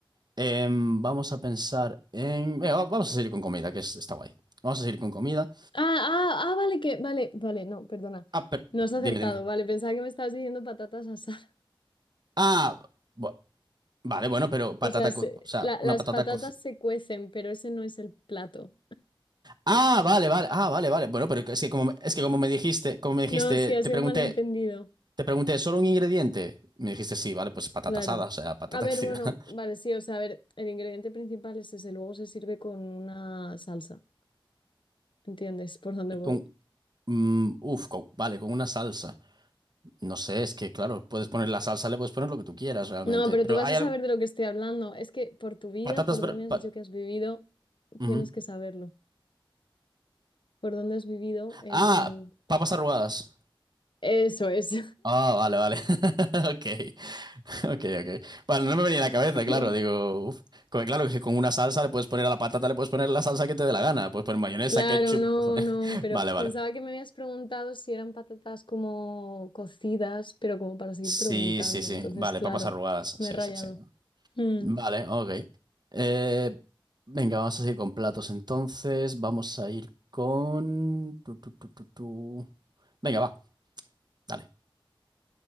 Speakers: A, on the right; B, on the left.
A: Em, vamos a pensar en. venga, va- vamos a seguir con comida, que es- está guay. Vamos a seguir con comida.
B: Ah, ah, ah, vale, que, vale, vale, no, perdona.
A: Ah, pero,
B: No has
A: dime,
B: acertado,
A: dime.
B: vale, pensaba que me estabas diciendo patatas asadas.
A: Ah, bu- vale, bueno, pero patata,
B: O sea, se-
A: co- o sea,
B: la-
A: una
B: las
A: patata
B: patatas
A: cocida.
B: se cuecen, pero ese no es el plato.
A: Ah, vale, vale, ah, vale, vale. Bueno, pero es que como, es que como me dijiste, como me dijiste,
B: No, sí,
A: te
B: ha sido
A: pregunté,
B: un malentendido.
A: te pregunté, ¿solo un ingrediente? Me dijiste sí, vale, pues patata
B: Claro.
A: asada, o sea, patata
B: A ver,
A: cocida.
B: bueno,
A: <laughs>
B: vale, sí, o sea, a ver, el ingrediente principal es ese, luego se sirve con una salsa. ¿Entiendes por dónde voy?
A: Con, Mm, uf, con- vale, con una salsa. No sé, es que claro, puedes poner la salsa, le puedes poner lo que tú quieras realmente.
B: No, pero
A: Pero
B: tú vas
A: hay
B: a
A: algo.
B: saber de lo que estoy hablando. Es que por tu vida,
A: Patatas.
B: por
A: br-
B: donde me has
A: pa-
B: dicho que has vivido,
A: ujú.
B: tienes que saberlo. Por dónde has vivido en...
A: Ah, papas arrugadas.
B: Eso es.
A: Ah, vale, vale. <laughs> Ok, ok, ok. Bueno, no me venía a la cabeza,
B: <laughs>
A: claro. Digo, uf. Co- Claro que con una salsa le puedes poner a la patata, le puedes poner la salsa que te dé la gana. Puedes poner mayonesa,
B: Claro,
A: ketchup.
B: no,
A: le puedes poner-
B: no, pero
A: <laughs> Vale,
B: pensaba
A: vale.
B: que me habías preguntado si eran patatas como cocidas, pero como para seguir
A: Sí,
B: preguntando.
A: sí, sí.
B: Entonces,
A: Vale,
B: claro,
A: papas arrugadas.
B: me
A: Sí,
B: he rayado.
A: sí, sí.
B: Mm,
A: Vale, ok. Eh, venga, vamos a seguir con platos entonces. Vamos a ir con... tu, tu, tu, tu, tu. Venga, va, dale.